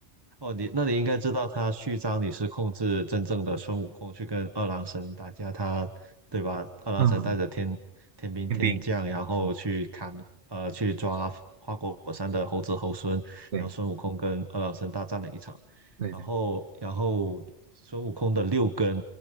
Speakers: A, on the right; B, on the right.
A: 哦，你那你应该知道他序章你是控制真正的孙悟空去跟二郎神打架，他对吧？二郎神带着天天兵天将，
B: 嗯，天兵，
A: 然后去砍呃去抓花果山的猴子猴孙，
B: 嗯，对
A: 然后孙悟空跟二郎神大战了一场，
B: 对对
A: 然后然后孙悟空的六根，